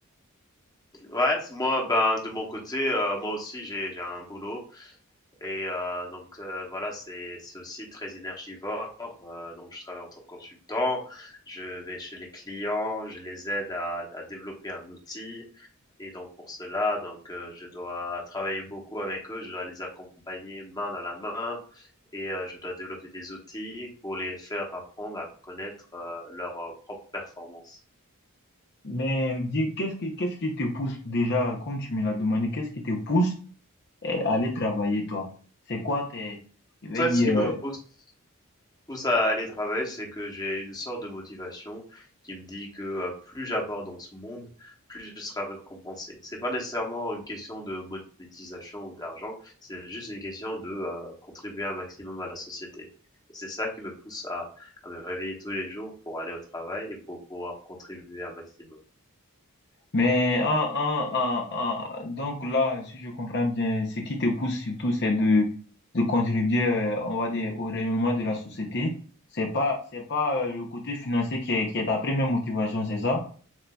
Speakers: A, on the left (about 15°); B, on the left (about 50°).
A: Ouais, c'est- moi, ben, de mon côté, euh, moi aussi, j'ai, j'ai un boulot. Et euh, donc euh, voilà, c'est c'est aussi très énergivore. Euh, donc je travaille en tant que consultant, je vais chez les clients, je les aide à, à développer un outil. Et donc pour cela, donc euh, je dois travailler beaucoup avec eux, je dois les accompagner main dans la main et euh, je dois développer des outils pour les faire apprendre à connaître euh, leur euh, propre performance.
B: Mais dis, qu'est-ce qui, qu'est-ce qui te pousse déjà, comme tu me l'as demandé, qu'est-ce qui te pousse euh, à aller travailler, toi? C'est quoi tes, je vais
A: En fait,
B: dire,
A: ce qui me pousse pousse à aller travailler, c'est que j'ai une sorte de motivation qui me dit que euh, plus j'apporte dans ce monde, plus je serai récompensé. C'est pas nécessairement une question de monétisation ou d'argent, c'est juste une question de euh, contribuer un maximum à la société. Et c'est ça qui me pousse à, à me réveiller tous les jours pour aller au travail et pour pouvoir contribuer un maximum.
B: Mais en, en, en, en- donc là, si je comprends bien, ce qui te pousse surtout, c'est de, de contribuer, euh, on va dire, au rayonnement de la société. C'est pas, c'est pas euh, le côté financier qui est, qui est ta première motivation, c'est ça?